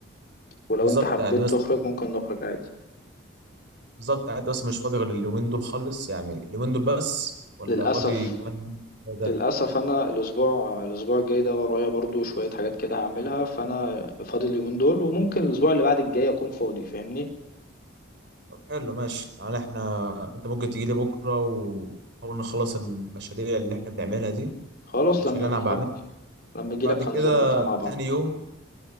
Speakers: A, on the left; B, on the right.
A: ولو
B: بالظبط
A: انت حبيت
B: يعني بس
A: تخرج ممكن نخرج عادي
B: بالظبط يعني انت بس مش فاضي غير اليومين دول خالص يعني اليومين دول بس ولا
A: للاسف
B: فاضي كمان ده
A: للاسف انا الاسبوع الاسبوع الجاي ده ورايا برضو شويه حاجات كده هعملها فانا فاضي اليومين دول وممكن الاسبوع اللي بعد الجاي اكون فاضي فاهمني
B: طب حلو ماشي يعني احنا انت ممكن تجي لي بكره ونحاول نخلص المشاريع اللي احنا بنعملها دي
A: خلاص
B: المشاريع
A: لما اجي
B: اللي انا بعملها
A: لما اجيلك
B: بعد كده
A: هنظبطها مع بعض
B: تاني يوم